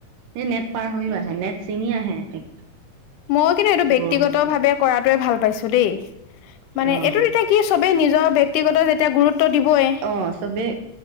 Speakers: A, on the right (about 80°); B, on the left (about 80°).
A: সি নেট পাৰ হৈও‌ আহে নেট চিঙি আহে এক
B: মই কিন্তু এইটো ব্যক্তিগত
A: গৰু সোপা
B: ভাৱে কৰাটোৱে ভাল পাইছো। দেই মানে
A: অ',
B: এইটোত এতিয়া কি চব নিজৰ ব্যক্তিগত যেতিয়া গুৰুত্ব দিবই
A: অহ চবেই